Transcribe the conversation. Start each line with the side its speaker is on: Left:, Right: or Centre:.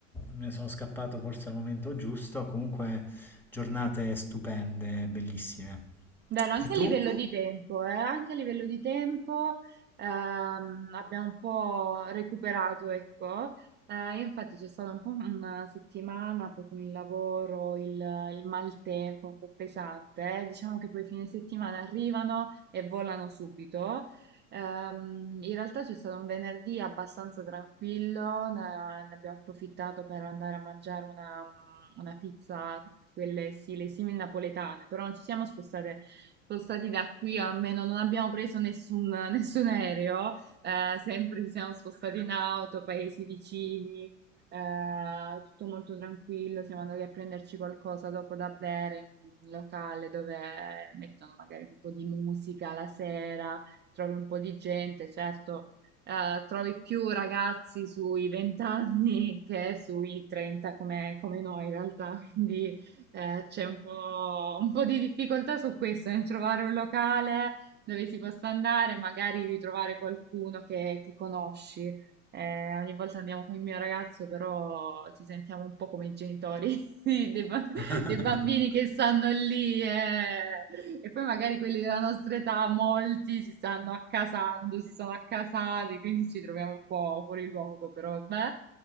Centre: ne sono scappato forse al momento giusto. Comunque, giornate stupende, bellissime.
Right: Vero, anche
Centre: E tu?
Right: a livello di tempo, eh, anche a livello di tempo ehm, abbiamo un po' recuperato, ecco. Eh, infatti c'è stata un po' una settimana poi con il lavoro, il, il maltempo un po' pesante, eh. Diciamo che poi fine settimana arrivano e volano subito. Ehm, in realtà c'è stato un venerdì abbastanza tranquillo, ne, ne abbiamo approfittato per andare a mangiare una, una pizza, quelle sì, le simil napoletane, però non ci siamo spostate spostati da qui, o almeno non abbiamo preso nessun, <laughs> nessun aereo, eh, sempre ci siamo spostati in auto, paesi vicini, eh, tutto molto tranquillo, siamo andati a prenderci qualcosa dopo da bere in un locale dove mettono magari un po' di musica la sera, trovi un po' di gente, certo. eh, trovi più ragazzi sui 20 anni <laughs> che sui 30 come, come noi in realtà, <laughs> quindi eh, c'è un po', un po' di difficoltà su questo, nel trovare un locale dove si possa andare, magari ritrovare qualcuno che, che conosci. Eh, ogni volta andiamo con il mio ragazzo, però ci sentiamo un po' come i genitori <laughs> di- dei, ba-
Centre: <laughs>
Right: dei bambini che stanno lì eh. E poi magari quelli della nostra età, molti si stanno accasando, si sono accasati, quindi ci troviamo un po' fuori luogo, però vabbè.